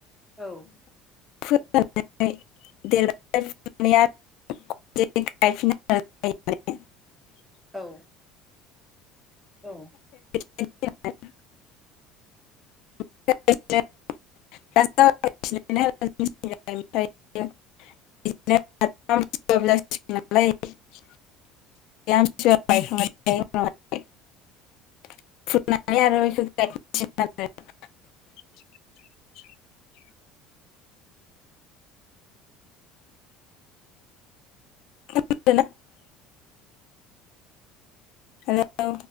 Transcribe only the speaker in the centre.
औ
औ औ